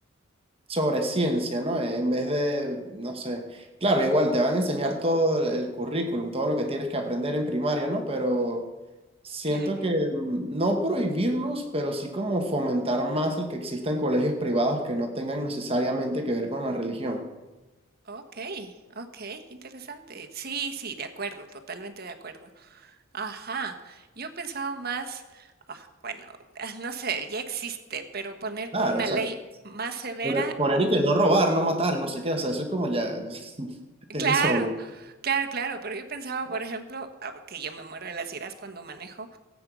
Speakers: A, on the right (about 30°); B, on the right (about 50°).
A: sobre ciencia, ¿no? En vez de, no sé, claro, igual te van a enseñar todo el el currículum, todo lo que tienes que aprender en primaria, ¿no? Pero siento
B: Claro.
A: que mm, no prohibirlos, pero sí como fomentar más el que existan colegios privados que no tengan necesariamente que ver con la religión.
B: Ok, ok, qué interesante. Sí, sí, de acuerdo, totalmente de acuerdo. Ajá. Yo pensaba más, ah, bueno, <laughs> no sé, ya existe, pero poner
A: Claro,
B: como una
A: exacto.
B: ley más severa
A: Poner, poner y que no robar, no matar, no sé qué, o sea, eso es como ya, <laughs> es
B: Claro,
A: obvio.
B: claro, claro, pero yo pensaba, por ejemplo, ah, que yo me muero de las iras cuando manejo,